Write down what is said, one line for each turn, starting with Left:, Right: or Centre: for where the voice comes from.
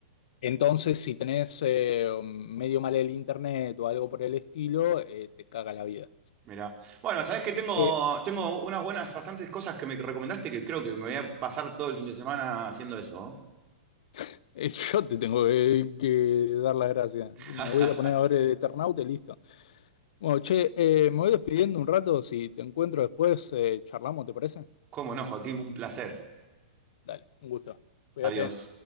Left: entonces si tenés eh, medio mal el internet o algo por el estilo, eh, te caga la vida.
Right: Mirá. Bueno, sabés que tengo,
Left: Eh,
Right: tengo unas buenas, bastantes cosas que me recomendaste que creo que me voy a pasar todo el fin de semana haciendo eso. ¿no?
Left: <laughs> Eh, Yo te tengo que, que dar las gracias.
Right: <laughs>
Left: Me voy a poner a ver Eternaute y listo. Bueno, che, eh, me voy despidiendo un rato. Si te encuentro después, eh, charlamos, ¿te parece?
Right: Cómo no, Joaquín, un placer.
Left: Dale, un gusto. Cuídate.
Right: Adiós.